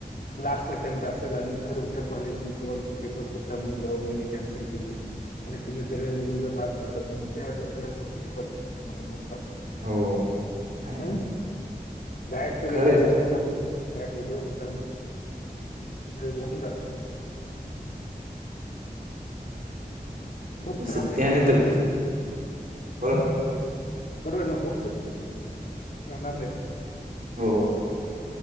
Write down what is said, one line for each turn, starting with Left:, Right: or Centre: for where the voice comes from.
Left: लास्ट अटेम्प्ट असेल आणि जर उद्या कॉलेजने किंवा पेपर फुटला म्हणून गव्हर्मेंटनेकॅन्सल केली तर आणि तुम्ही करिअर मधून जर बाद झाला तर तुमच्या डोक्याला तो किती परिस्थितीला
Right: हो आहे.
Left: हम्म डायरेक्ट करिअर
Right: खरंच
Left: उद्ध्वस्त होऊन जात ना, डायरेक्ट उध्वस्त कारण जेवलो की जातोय होप्स
Right: तो सत्या
Left: राहत नाहीत
Right: आहे माहितीये काय कोण
Left: बरोबर आहे ना खूपसं राहणार नाही.
Right: हो हो